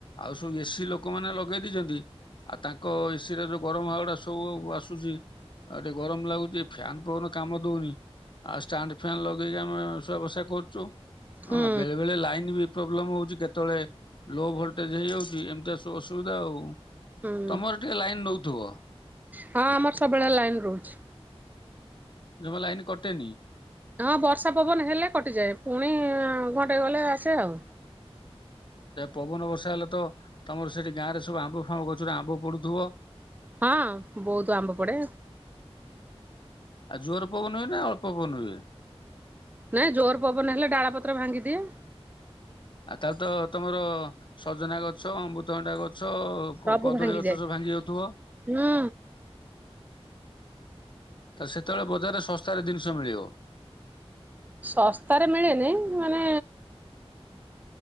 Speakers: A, on the left; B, on the right.
A: ଆଉ ସବୁ ଏସିି ଲୋକମାନେ ଲଗେଇ ଦେଇଛନ୍ତି ଆଉ ତାଙ୍କ ଏସିି ରେ ଯୋଉ ଗରମ ହବାଟା ସବୁ ଆସୁଛି ଆଉ ଟିକେ ଗରମ ଲାଗୁଛି ଫ୍ୟାନ ପବନ କାମ ଦଉନି ଆଉ ଷ୍ଟାଣ୍ଡ ଫାନ ଲଗେଇକି ଆମେ ଶୁଆବସା କରୁଛୁ
B: ହୁଁ
A: ହଁ ବେଳେ ବେଳେ ଲାଇନ୍ ବି ପ୍ରୋବ୍ଲେମ ହଉଛି କେତେବେଳେ ଲୋ ଭୋଲଟେଜ୍ ହେଇଯାଉଛି ଏମିତି ସୁବୁ ଅସୁବିଧା ଆଉ
B: ହୁଁ।
A: ତମର ଟିକେ ଲାଇନ ଦଉଥିବ
B: ହଁ ଆମର ସବୁବେଳେ ଲାଇନ ରହୁଛି
A: ଜମା ଲାଇନ କଟେନି
B: ହଁ ବର୍ଷା ପବନ ହେଲେ କଟିଯାଏ ପୁଣି ଘଣ୍ଟେ ଗଲେ ଆସେ ଆଉ
A: ପବନ ବର୍ଷା ହେଲେ ତ ତମର ସେଠି ଗାଁ ରେ ସବୁ ଆମ୍ବ ଫମ୍ବ ଗଛରେ ଆମ୍ବ ପଡୁଥିବ।
B: ହଁ ବହୁତ ଆମ୍ବ ପଡେ।
A: ଆଉ ଜୁଆର ପବନ ହୁଏ ନା ଅଳ୍ପ ପବନ ହୁଏ।
B: ନାଇଁ ଜୋର ପବନ ହେଲେ ଡାଳ ପତ୍ର ଭାଙ୍ଗିଦିଏ।
A: ଆଉ ତାହେଲେ ତ ତମର ସଜନା ଗଛ ଅମୃତଭନନ୍ଦ୍ଦା ଗଛ।
B: ସବୁ
A: ଗଛ କଦଳୀ
B: ଭାଙ୍ଗିଯାଏ
A: ଗଛ ସବୁ ଭାଙ୍ଗି ଯାଉଥିବ।
B: ହୁଁ
A: ତ ସେତେବେଳେ ବଜାରରେ ଶସ୍ତାରେ ଜିନିଷ ମିଳିବ।
B: ଶସ୍ତାରେ ମିଳେନି ମାନେ।